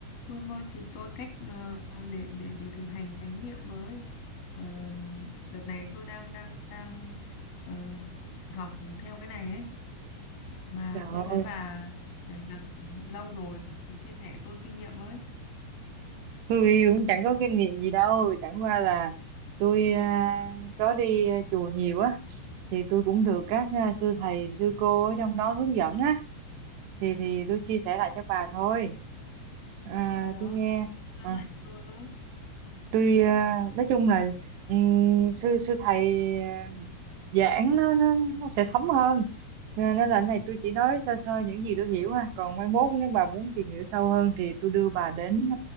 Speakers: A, on the left; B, on the right.
A: Vương ơi chỉ tôi cách ờ, để để để thực hành chánh niệm với Ờ, đợt này tôi đang đang đang ờ, học theo cái này ấy mà
B: Trời
A: tôi thấy
B: ơi,
A: bà làm lâu rồi thì chia sẻ tôi kinh nghiệm với
B: tôi cũng chẳng có kinh nghiệm gì đâu, chẳng qua là tôi à, có đi à, chùa nhiều á, thì tôi cũng được các à, sư thầy, sư cô ở trong đó hướng dẫn á, thì thì tôi chia sẻ lại cho bà thôi. À,
A: Ờ, đó
B: tôi nghe,
A: thế dẫn
B: à,
A: lại cho tôi với
B: tôi à, nói chung là ừm, sư sư thầy à, giảng nó nó nó sẽ thấm hơn nên nên là cái này tôi chỉ nói sơ sơ những gì tôi hiểu ha còn mai mốt nếu bà muốn tìm hiểu sâu hơn thì tôi đưa bà đến